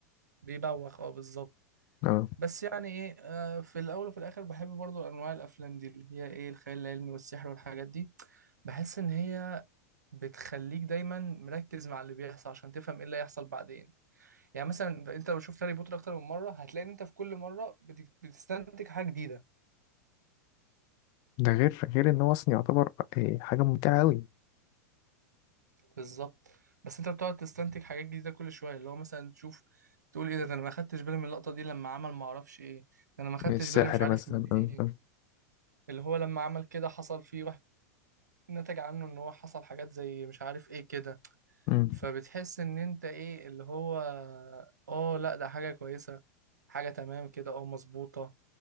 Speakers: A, on the right; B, on the left.
A: بيبوخ اه بالظبط
B: اه
A: بس يعني ايه آه، في الاول وفي الاخر بحب برضو انواع الافلام دي اللي هي ايه الخيال العلمي والسحر والحاجات دي بحس ان هي بتخليك دايما مركز مع اللي بيحصل عشان تفهم ايه اللي هيحصل بعدين يعني مثلا انت لو شفت هاري بوتر اكتر من مره هتلاقي ان انت في كل مره بت- بتستنتج حاجه جديده
B: ده غير غير ان هو اصلا يعتبر إيه، حاجه ممتعه قوي
A: بالظبط بس انت بتقعد تستنتج حاجات جديده كل شويه اللي هو مثلا تشوف تقول ايه ده ده انا ما خدتش بالي من اللقطه دي لما عمل ما اعرفش ايه ده انا ما خدتش
B: السحر
A: بالي مش عارف
B: مثلا
A: من ايه
B: أم، أم،
A: اللي هو لما عمل كده حصل فيه نتج عنه ان هو حصل حاجات زي مش عارف ايه كده
B: أم.
A: فبتحس ان انت ايه اللي هو اه لا ده حاجة كويسة حاجة تمام كده اه مظبوطة